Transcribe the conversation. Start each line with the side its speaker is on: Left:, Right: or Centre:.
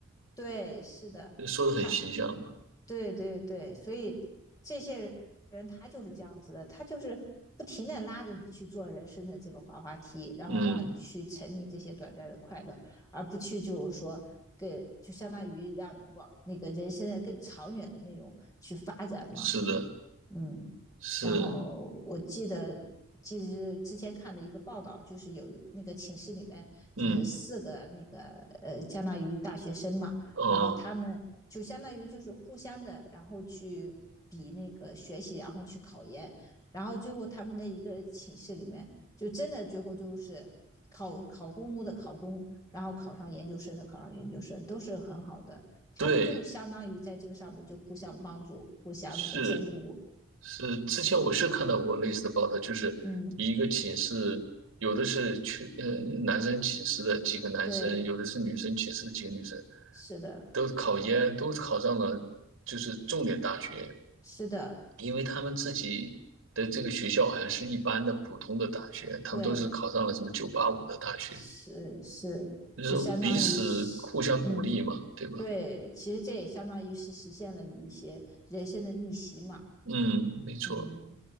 Left: 对，是的，
Right: 说的很形象嘛。
Left: 他，对对对，所以这些人他就是这样子的，他就是不停的拉着你去做人生的这个滑滑梯，然后让你去沉迷这些短暂的快乐，
Right: 嗯，
Left: 而不去就是说给，就相当于让你往那个人生的更长远的那种去发展嘛，
Right: 是的，
Left: 嗯，
Right: 是，
Left: 然后我记得，其实之前看的一个报道，就是有那个寝室里面就是四个那个呃，
Right: 嗯，
Left: 相当于大学生嘛，
Right: 哦，
Left: 然后他们就相当于就是互相的，然后去比那个学习，然后去考研，然后最后他们的一个寝室里面，就真的最后都是考考公务的考公，然后考上研究生的考上研究生，都是很好的。他们就是相当于在这个上面就互相帮助，
Right: 对。
Left: 互相那个监督，
Right: 是是，之前我是看到过类似的报道，就是一个寝室，
Left: 嗯。
Right: 有的是去呃男生寝室的几个男生，
Left: 对，
Right: 有的是女生寝室的几个女生，
Left: 是的，
Right: 都考研都考上了，就是重点大学，
Left: 是的，
Right: 因为他们自己的这个学校好像是一般的普通的大学，他们都是考上了什么九八五的大学，
Left: 对，是是，
Right: 就是彼此互相鼓励嘛，
Left: 就相当于是，嗯，
Right: 对吧？
Left: 对，其实这也相当于是实现了一些人生的逆袭嘛，
Right: 嗯，没错，
Left: 嗯，